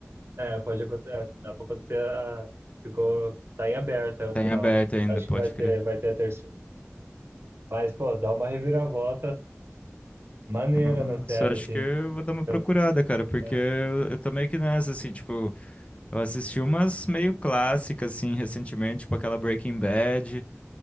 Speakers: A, on the right; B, on the left.
A: É, É, pode acontecer. é, Dá pra acontecer. A, ficou, tá em aberto é
B: Tá
A: o final.
B: em aberto ainda,
A: Acho
B: pode
A: que vai
B: crer.
A: ter, vai ter a terceira. Mas, pô, dá uma reviravolta maneira
B: Nossa,
A: na série,
B: eu acho
A: assim.
B: que eu vou dar uma procurada,
A: Pelo-
B: cara, porque
A: É,
B: eu, eu tô meio que nessa, assim, tipo. Eu assisti umas meio clássicas, assim, recentemente, tipo aquela Breaking Bad.